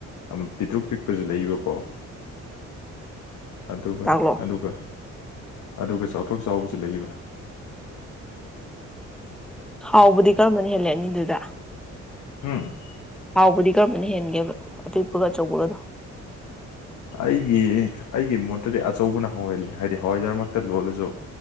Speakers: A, on the left; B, in the centre.
A: ꯑꯃ ꯄꯤꯛꯇ꯭ꯔꯨ ꯄꯤꯛꯄꯁꯨ ꯂꯩꯕꯀꯣ ꯑꯗꯨꯒ
B: ꯇꯥꯛꯂꯛꯑꯣ
A: ꯑꯗꯨꯒ ꯑꯗꯨꯒ ꯆꯥꯎꯊꯣꯛ ꯆꯥꯎꯕꯁꯨ ꯂꯩꯕ
B: ꯍꯥꯎꯕꯗꯤ ꯀꯔꯝꯕꯅ ꯍꯦꯜꯂꯤ ꯑꯅꯤꯗꯨꯗ
A: ꯎꯝ
B: ꯍꯥꯎꯕꯗꯤ ꯀꯔꯝꯕꯅ ꯍꯦꯟꯒꯦꯕ ꯑꯄꯤꯛꯄꯒ ꯑꯆꯧꯕꯒꯅꯣ
A: ꯑꯩꯒꯤ ꯑꯩꯒꯤ ꯃꯣꯠꯇꯗꯤ ꯑꯆꯧꯕꯅ ꯍꯥꯎ ꯍꯦꯜꯂꯤ ꯍꯥꯏꯗꯤ ꯍꯋꯥꯏꯖꯥꯔꯃꯛꯇ ꯂꯣꯜꯂꯁꯨ